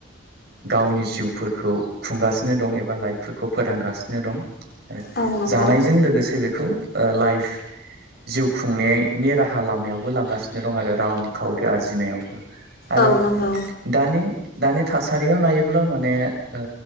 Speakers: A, on the right; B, on the left.
A: गावनि जिउफोरखौ खुंगासिनो दं एबा लाइफफोरखौ फोथांगासिनो दं। आरो
B: औ नंगौ
A: जानायजों लोगोसे बेखौ लाइफ जिउ खुंनायनि राहा लामायावबो लांगासिनो दं आरो रांखावरि आरजिनायाव। आरो
B: औ नंगौ
A: दानि दानि थासारियाव नायोब्ला माने ओ